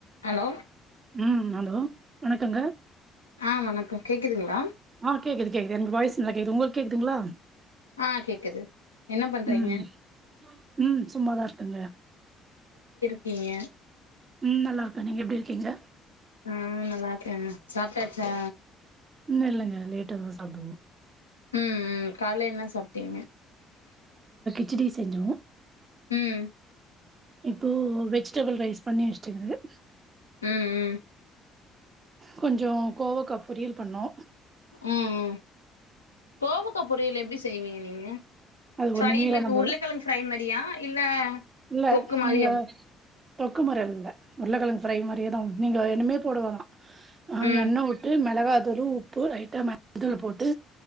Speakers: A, on the left; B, on the right.
A: hello
B: உம் hello வணக் இருக்குங்க
A: ஆ வணக்கோ கேக்குதுங்களா
B: ஆ கேக்குது கேக்குது எனக்கு வாய்ஸ் நல்லா கேக்குது உங்ளுக்கு கேக்குதுங்ளா
A: ஆ கேக்குது என்ன பண்றீங்க
B: ம் ம் சும்மாதா இருக்கங்க
A: நீங்க
B: ம் நல்லாருக்க நீங்க எப்டி இருக்கீங்க
A: ஆ நல்லாருக்கேங்க சாப்ட்டாச்சா
B: உண்ணு இல்லங்க லேட்டா தா சாப்டுவோ
A: ம் ம் கால்ல என்ன சாப் தேங்
B: இச்சடி செஞ்சோ
A: ம்
B: இப்போ வெஜிடபிள் ரைஸ் பண்ணி வச்சுட்டுக்குது
A: ம் ம்
B: கொஞ்சோ கோவக்கா பொரியல் பண்ணோ
A: ம் ம் கோவக்கா பொறியல் எப்டி செய்வீங்க நீ ஏங்க
B: அது
A: ஃப்ரை
B: ஒண்ணுமே
A: இப்ப
B: இல்ல நம்ப
A: உருளக்கெழங்கு ஃப்ரை மாரியா இல்ல
B: இல்ல
A: தொக்கு மாரியா
B: நீங்க தொக்குமுறைல்ல உருள கெளங்கு ஃப்ரை மாரியே தா நீங்க என்னமே போடவேணா ஆ
A: ம்
B: எண்ணெ வுட்டு மெளகா அது உப்பு லைட்டா மஞ்சள் போட்டு